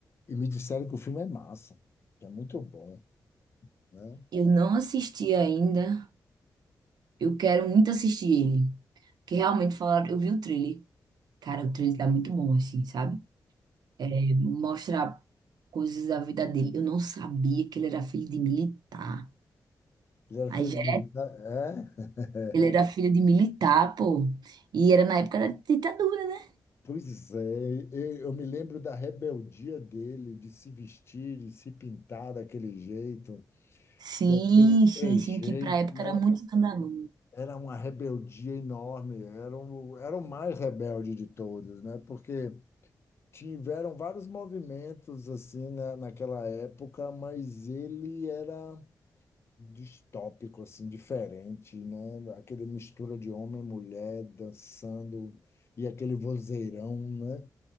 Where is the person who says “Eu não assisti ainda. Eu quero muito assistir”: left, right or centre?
Right